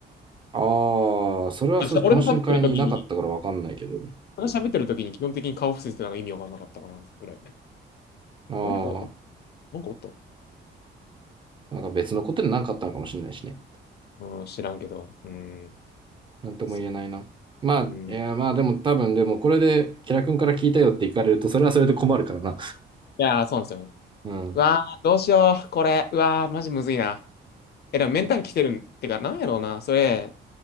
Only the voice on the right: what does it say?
ああ、それはそう、
懇親会にいなかったからわかんないけど。
あ
あ、なんか別のことで何かあったのかもしれないしね。
なんとも言えないな。
まあ、
いや、
まあでも多分、でもこれで、キラ君から聞いたよって言かれると、それはそれで困るからな。
うん。